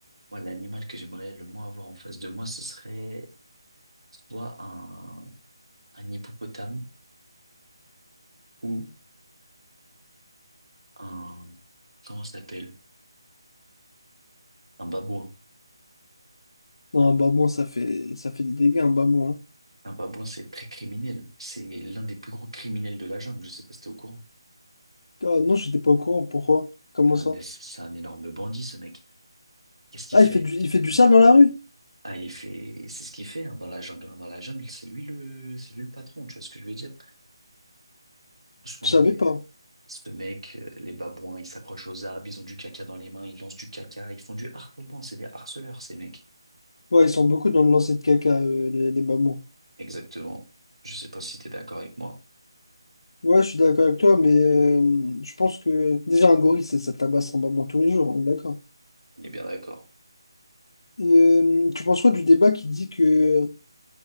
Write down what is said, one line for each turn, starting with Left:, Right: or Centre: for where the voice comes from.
Right: Moi, l'animal que j'aimerais le moins avoir en face de moi, ce serait soit un, un hippopotame ou un, comment ça s'appelle? Un babouin.
Left: Non, un babouin, ça fait, ça fait des dégâts, un babouin. hein.
Right: Un babouin, c'est très criminel. C'est l'un des plus gros criminels de la jungle. Je sais pas si t'es au courant.
Left: Ah non, j'étais pas au courant. Pourquoi? Comment
Right: C'est un,
Left: ça?
Right: c'est un énorme bandit, ce mec. Qu'est-ce qu'il
Left: Ah,
Right: fait?
Left: il fait du, il fait du sale dans la rue?
Right: Ah, il fait, c'est ce qu'il fait, hein, dans la jungle. hein. Dans la jungle, c'est lui le, c'est lui le patron. Tu vois ce que je veux dire? Franchement,
Left: Je savais
Right: il-
Left: pas.
Right: ce mec, euh, les babouins, ils s'accrochent aux arbres, ils ont du caca dans les mains, ils lancent du caca, ils font du harcèlement. C'est des harceleurs, ces mecs.
Left: Ouais, ils sont beaucoup dans le lancer de caca, euh, les, les mamans.
Right: Exactement. Je sais pas si t'es d'accord avec moi.
Left: Ouais, je suis d'accord avec toi, mais euh, je pense que déjà un gorille, ça, ça tabasse en maman tous les jours, on est d'accord.
Right: On est bien d'accord.
Left: Et, euh, tu penses quoi du débat qui dit que